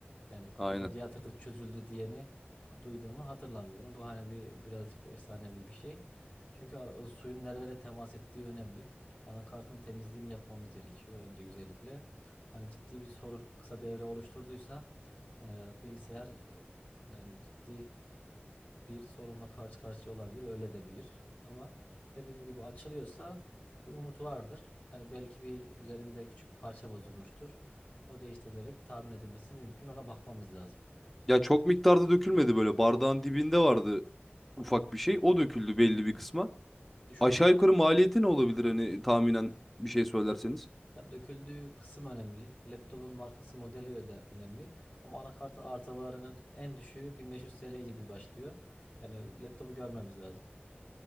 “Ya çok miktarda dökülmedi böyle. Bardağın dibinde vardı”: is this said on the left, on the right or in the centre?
Centre